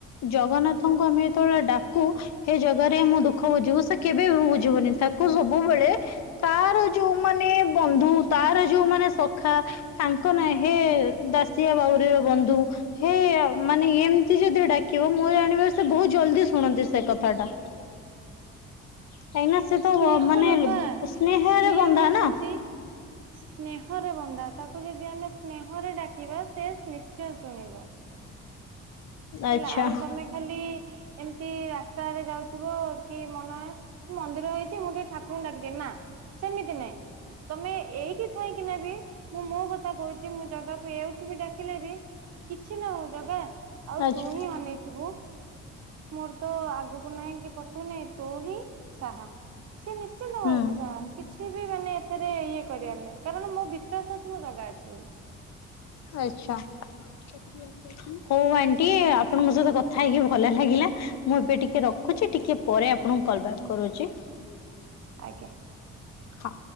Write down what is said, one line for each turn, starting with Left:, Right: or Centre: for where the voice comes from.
Left: ଜଗନ୍ନାଥଙ୍କୁ ଆମେ ଯେତେବେଳେ ଡାକୁ ହେ ଜଗ୍ ଗାରେ ମୁଁ ଦୁଃଖ ବୁଝିବୁ ସେ କେବେ ବି ବୁଝ୍ ବୁଝିବନୁ ତାକୁ ସବୁବେଳେ ତାର ଯୋଉ ମାନେ ବନ୍ଧୁ ତାର ଯୋଉମାନେ ସଖା ତାଙ୍କ ନାଁ ହେ ଦାସ୍ ସିଆ ବାଉରି ବନ୍ଧୁ ହେ ମାନେ ଏମତି ଯଦି ଡାକିବ ମୁ ଜାଣିବାରେ ସେ ବହୁତ ଜଲଦି ଶୁ ଶୁଣନ୍ତି ସେ କଥାଟା। କାହିଁକିନା ସେ ତ
Right: ସ୍ନେହର
Left: ମାନେ
Right: ପା,
Left: ସ୍ନେହରେ
Right: ସିଏ
Left: ବନ୍ଧା
Right: ହଉଛନ୍ତି
Left: ନା
Right: ସ୍ନେହର ବନ୍ଧୁ। <inaudible> ତାକୁ ଯଦି ଆମେ ସ୍ନେହରେ ଡାକିବା ସେ ନିଶ୍ଚୟ ଶୁଣିବ।
Left: ଆଚ୍ଛା
Right: ହେଲା ଆଉ ତମେ ଖାଲି ଏମିତି ରାସ୍ତାରେ ଯାଉଥିବ, କି ମନେ ହ ମନ୍ଦିର ହେଇଛି ମୁଁ ଟିକେ ଠାକୁରଙ୍କୁ ଡାକିି ଦିଏ। ନା ସେମିତି ନାଇଁ। ତମେ ଏଇଠି ଥାଇଁ ଥିଲେ ବି ମୁଁ ମୋ କଥା କହୁଛି, ମୁଁ ଜଗାକୁ ଏଠୁ ବି ଡାକିଲେ ବି କିଛି ନା ହଉ ଜଗା ଆଉ
Left: ଆଚ୍ଛା
Right: ତୁ ହିଁ ଅନେଇଥିବୁ। ମୋର ତ ଆଗକୁ ନାହିଁ କି ପଛକୁ ନାହିଁ। ତୁ ହିଁ ସାହା। ସେ ନିଶ୍ଚିନ୍ତ
Left: ହୁଁ
Right: ହଉଛି ସାହା କିଛି ମାନେ ଏଥିରେ ଇଏ କରିଆର ନାଇଁ। କାରଣ ମୋ ବିଶ୍ୱାସ ଅଛି ମୋ ଜଗା ଅଛି ବୋଲି।
Left: ଆଛା ହଉ ଆଣ୍ଟି, ଆପଣଙ୍କ ସହିତ କଥା ହେଇକି ଭଲ ଲାଗିଲା। ମୁଁ ଏବେ ଟିକେ ରଖୁଛି ଟିକେ ପରେ ଆପଣଙ୍କୁ କଲ ବ୍ୟାକ୍ କରୁଛି।
Right: ଆଜ୍ଞା
Left: ହଁ